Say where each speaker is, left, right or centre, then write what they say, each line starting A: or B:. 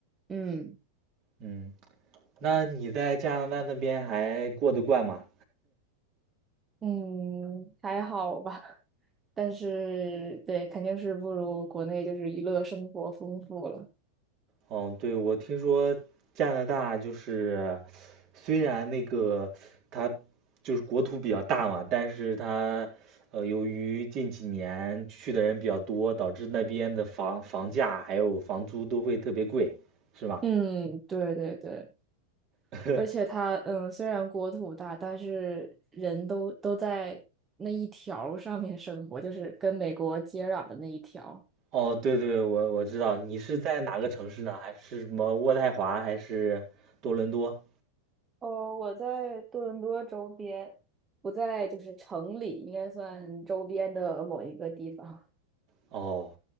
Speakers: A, on the right (about 20°); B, on the right (about 40°).
A: 嗯
B: 嗯，那你在加拿大那边还过得惯吗？
A: 嗯，还好吧，但是对，肯定是不如国内就是娱乐生活丰富了。
B: 哦，对，我听说加拿大就是，虽然那个它就是国土比较大嘛，但是它呃，由于近几年去的人比较多，导致那边的房房价还有房租都会特别贵，是吗？
A: 嗯，对对对，
B: <laughs>
A: 而且它嗯，虽然国土大，但是人都都在那一条儿上面生活，就是跟美国接壤的那一条。
B: 哦，对对，我我知道，你是在哪个城市呢？还是什么渥太华，还是多伦多？
A: 哦，我在多伦多周边，不在就是城里，应该算周边的某一个地方。<laughs>
B: 哦，